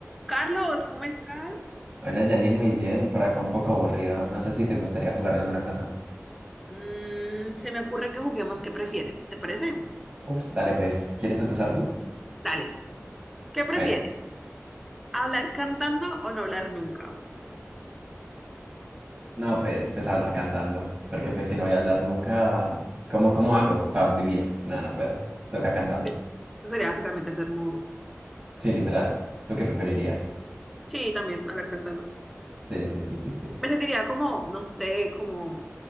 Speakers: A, in the centre; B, on the right (about 30°).
A: Carlos, ¿cómo estás?
B: Hola Janine, muy bien. Por acá un poco aburrido. No sé si te gustaría jugar alguna cosa.
A: Mm, se me ocurre que juguemos ¿Qué prefieres? ¿Te parece?
B: Uf, dale pues. ¿Quieres empezar tú?
A: Dale, ¿qué prefieres?
B: Bueno,
A: ¿Hablar cantando o no hablar nunca?
B: no, pues, pues hablar cantando. Porque pues si no voy a hablar nunca, ¿cómo, cómo hago para vivir? No, no puedo. Toca cantando.
A: Eh, Eso sería básicamente ser mudo.
B: Sí, literal. ¿Tú qué preferirías?
A: Sí, también hablar cantando.
B: Sí, sí, sí, sí, sí.
A: Me sentiría como, no sé, como